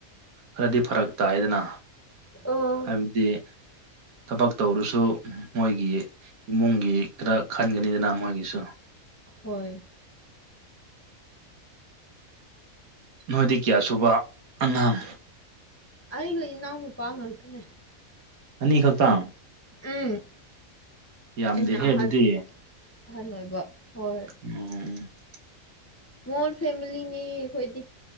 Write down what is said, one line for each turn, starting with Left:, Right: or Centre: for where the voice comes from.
Right: ꯈꯔꯗꯤ ꯐꯔꯛ ꯇꯥꯏꯗꯅ꯫
Left: ꯑꯥ
Right: ꯍꯥꯏꯕꯗꯤ ꯊꯕꯛ ꯇꯧꯔꯁꯨ ꯃꯣꯏꯒꯤ ꯏꯃꯨꯡꯒꯤ ꯈꯔ ꯈꯟꯒꯅꯤꯗꯅ ꯃꯣꯏꯒꯤꯁꯨ
Left: ꯍꯣꯏ꯫
Right: ꯅꯣꯏꯗꯤ ꯀꯌꯥ ꯁꯨꯕ ꯑꯉꯥꯡ
Left: ꯑꯩꯒ ꯏꯅꯥꯎ ꯅꯨꯄꯥ ꯉꯥꯛꯇꯅꯦ
Right: ꯑꯅꯤ ꯈꯛꯇꯪ
Left: ꯎꯝ
Right: ꯌꯥꯝꯗꯦꯍꯦ
Left: ꯑꯩꯅ ꯑꯍꯟ
Right: ꯑꯗꯨꯗꯤ
Left: ꯑꯍꯟ ꯑꯣꯏꯕ ꯍꯣꯏ
Right: ꯑꯣ꯫
Left: ꯏꯁꯃꯣꯜ ꯐꯦꯃꯤꯂꯤꯅꯦ ꯑꯩꯈꯣꯏꯗꯤ꯫